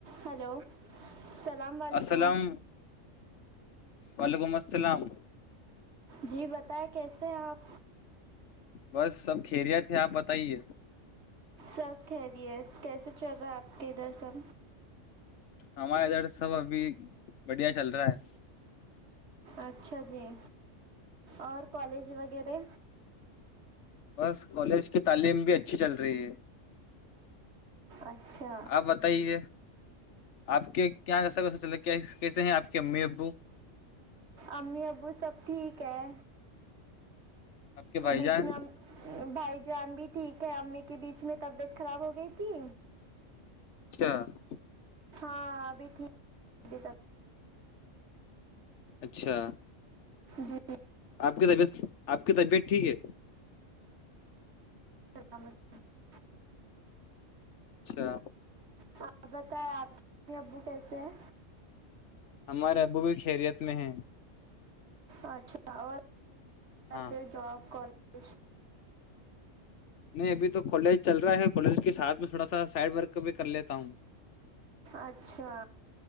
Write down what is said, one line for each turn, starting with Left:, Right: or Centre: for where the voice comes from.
Right: hello سلام و ععلیکم
Left: السلام وعلیکم السلام
Right: جی بتائیں کیسے ہیں آپ
Left: بس سب کھیریا تھے آپ بتائیے
Right: سب خیری ہےت کیسے چل رہا ہے آپ کے ا دھر سب
Left: ہمارا ادھر سب ابھی بڑھیا چل رہا ہے
Right: اچھا جی اور کالج وغیرہ
Left: بس کالج کی تعلیم بھی اچھی چل رہی ہے
Right: اچھا
Left: آپ بتائیے آپ کے کیااں کا سبس چ کیسے ہیں آپ کے امی ابو
Right: امی ابو سب ٹھیک ہے
Left: آپ کے بھائی
Right: بیچ
Left: جان
Right: میں ہم بھائی جان بھی ٹھیک ہے امی کے بیچ میں طبیعت خراب ہو گئی تھی
Left: ہ <unintelligible>
Right: ہاں ہ ابھی ٹھیک
Left: اچھا
Right: جی
Left: آپ کی طبیعت آپ کی طبیعت ٹھیک ہے
Right: السلام علیکم
Left: اچھا
Right: ہاں بتائے آپ کے ابو کیسے ہے
Left: ہمارے ابو بھی خیریت میں ہیں
Right: اچھا اور
Left: ہاں
Right: ھر جاب کال خش
Left: نہیں ابھی تو کالج چل رہا ہے کالج کے سھ میں تھوڑا سا سائڈ ورک بھی کر لیتا ہوں
Right: اچھا